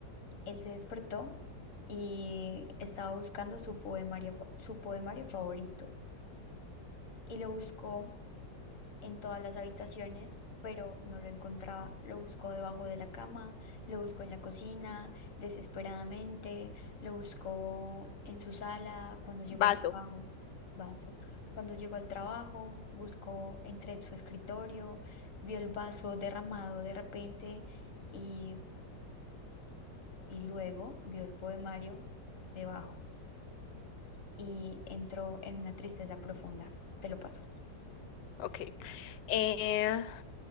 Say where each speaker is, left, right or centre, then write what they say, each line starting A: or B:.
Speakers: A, on the left (about 45°); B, on the left (about 75°).
A: él se despertó y estaba buscando su poemario, fa- su poemario favorito y lo buscó en todas las habitaciones, pero no lo encontraba. Lo buscó debajo de la cama, lo buscó en la cocina, desesperadamente, lo buscó en su sala cuando llegó
B: Vaso.
A: al trabajo. Vaso. Cuando llegó al trabajo, buscó entre su escritorio, vio el vaso derramado de repente y, y luego vio el poemario debajo y entró en una tristeza profunda. Te lo paso.
B: Ok. Eh,